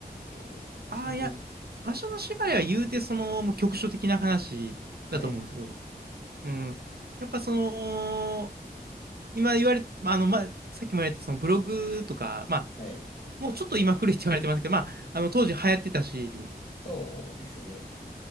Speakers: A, on the left (about 75°); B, on the right (about 70°).
A: てことですか場所と、
B: ああ、いや、場所の縛りは言うて、その、もう局所的な話だと思うんですよ。
A: はい、
B: うん。やっぱその、今言われ、まあ、あの、まあ、さっきも言われたそのブログとか、まあ、
A: はい。
B: もうちょっと今古いって言われてますけど、まあ、あの、当時流行ってたし、
A: そうですよね。